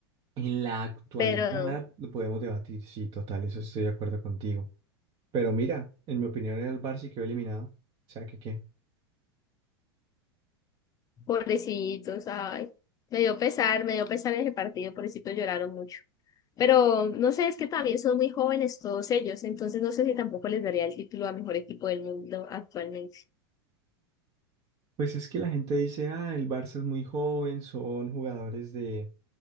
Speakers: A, on the right; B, on the left.
A: En la actualidad
B: pero
A: lo podemos debatir, sí, total, eso estoy de acuerdo contigo. Pero mira, en mi opinión era el Barça y quedó eliminado. O sea, que qué.
B: pobrecitos, ay. Me dio pesar, me dio pesar ese partido, pobrecitos lloraron mucho. Pero no sé, es que también son muy jóvenes todos ellos, entonces no sé si tampoco les daría el título a mejor equipo del mundo actualmente.
A: Pues es que la gente dice, ah, el Barça es muy joven, son jugadores de,